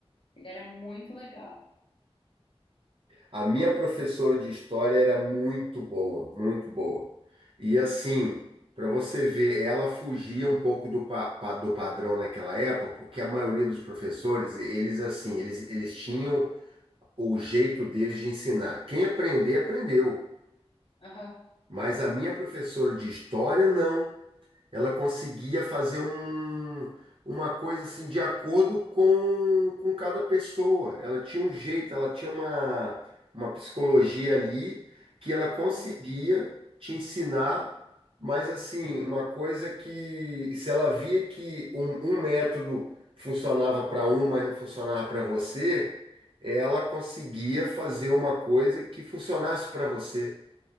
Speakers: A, on the left (about 60°); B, on the right (about 60°).
A: Ele era muito legal.
B: A minha professora de história era muito boa, muito boa. E assim, para você ver, ela fugia um pouco do, pa- pa- do padrão naquela época, porque a maioria dos professores, eles assim, eles, eles tinham o jeito deles de ensinar. Quem aprender, aprendeu.
A: Aham,
B: Mas a minha professora de história, não. Ela conseguia fazer um, uma coisa assim de acordo com, com cada pessoa. Ela tinha um jeito, ela tinha uma, uma psicologia ali que ela conseguia
A: uhum.
B: te ensinar, mas assim, uma coisa que se ela via que um, um método funcionava para um, mas não funcionava para você, ela conseguia fazer uma coisa que funcionasse para você.